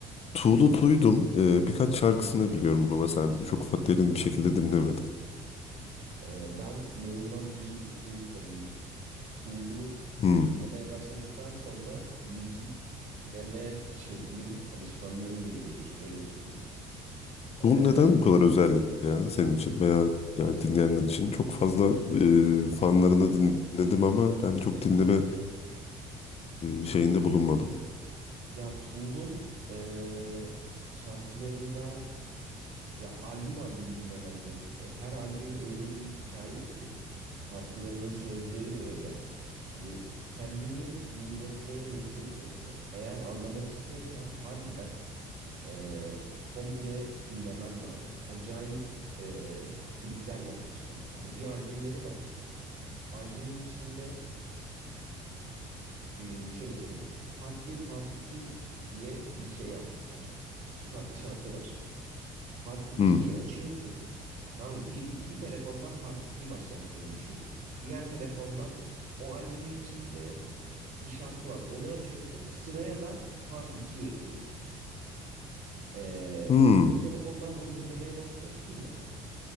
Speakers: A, on the left; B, on the right.
A: Tool'u duydum. E, birkaç şarkısını
B: Hı hı.
A: biliyorum ama sadece çok fa- derin bir şekilde dinlemedim.
B: E, ben inanılmaz büyük bir Tool fanıyım. Tool'u
A: Hmm.
B: dinlemeye başladıktan sonra müzik dinleme şeklim, alışkanlığım bile değişti öyle söyleyeyim. Ee,
A: Bu neden bu kadar özel ya senin için veya yani dinleyenler için? Çok fazla e, fanlarını dinledim ama ben çok dinleme e, şeyinde bulunmadım.
B: ya Tool'un e, şarkılarında ya albüm albüm dinlemen gerekiyor. Her albüm öyle bir hikaye ki şarkılarının sözleri de öyle. Hani kendini dinletmeye mecbur bırakıyor. Eğer anlamak istiyorsan harbiden e, komple dinlemen lazım. Acayip e, trikler yapmışlar. Mesela bir albümleri var. Albümün içinde hmm, şöyle söyleyeyim. Part bir Part 2 diye bir şey yapmışlar. İki farklı şarkı var. Part 2'yi
A: Hmm.
B: açıyorsun. Tamam mı? Bir, bir telefondan Part 2'yi başlattığını düşün. Diğer telefondan o albümün içinde bir şarkı var. Onu açıyorsun. Sıraya da Part 2'yi ekliyorsun. Ee,
A: Hmm.
B: iki telefondan bunu dinlemeye başlıyorsun ya.